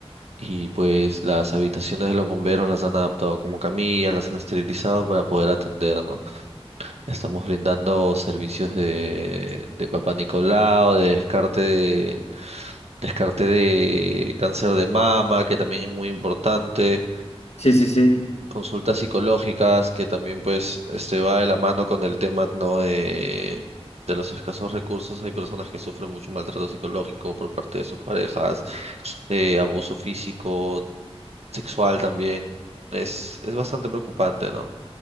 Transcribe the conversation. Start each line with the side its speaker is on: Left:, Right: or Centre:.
Right: y pues las habitaciones de los bomberos las han adaptado como camillas, las han esterilizado para poder atender, ¿no? Estamos brindando servicios de, de Papá Nicolau, de descarte de, descarte de cáncer de mama, que también es muy importante,
Left: sí, sí, sí.
Right: consultas psicológicas, que también pues este va de la mano con el tema ¿no? de, de los escasos recursos. Hay personas que sufren mucho maltrato psicológico por parte de sus parejas, eh, abuso físico, sexual también. Es, es bastante preocupante, ¿no?